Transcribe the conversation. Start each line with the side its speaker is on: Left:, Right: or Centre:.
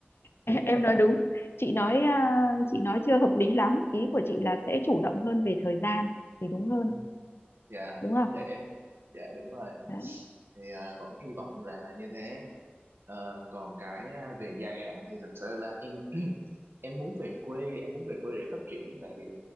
Left: <laughs> em nói đúng chị nói à, chị nói chưa hợp lý lắm ý của chị là sẽ chủ động hơn về thời gian thì đúng hơn
Right: Ừ. <laughs> dạ
Left: đúng không
Right: có thể dạ đúng rồi
Left: đấy
Right: thì à, vẫn hy vọng là như thế Ờ, còn cái à, về dài hạn thì thật sự là em <clears throat> em muốn về quê em muốn về quê để phát triển tại vì